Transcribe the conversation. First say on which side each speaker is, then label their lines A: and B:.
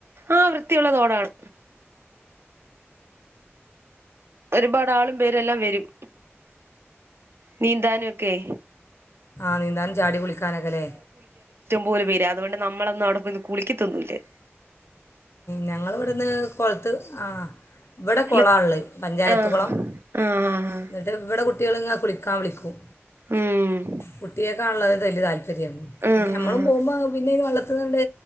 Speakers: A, on the right; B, on the left.
A: ആ വൃത്തിയുള്ളതോടാണ് ഒരുപാട് ആളും പേരെല്ലാം വരും നീന്താനുക്കെ
B: ആ നീന്താനും ചാടി കുളിക്കാനൊക്കെലെ
A: പോപര അതുകൊണ്ട് നമ്മളൊന്നും അവിടെന്ന് കുളിക്കത്തൊന്നൂേലെ
B: ഞങ്ങള ഇവിടുന്ന് കുളത്ത് ആ ഇവിടെ
A: അല്ല
B: കുളമ ഉള്ള പഞ്ചായത്ത്
A: ആ
B: കുുളം
A: ആ ആ, ആ.
B: എന്നിട്ട് ഇവിടെ കുട്ട കുട്ടിലങ്ങ കുളിക്കാ വിളിക്കും
A: ഉം
B: കുട്ടിയൊക്ക ഉള്ളത് തല്ല് താൽ.... ശരിയ
A: ആ
B: പിന്നെ നമ്മളും
A: ആ.
B: പോകുമ്പോൾ പിന്നെ ഇത് വെള്ളത്തിന്ന്ണ്ട്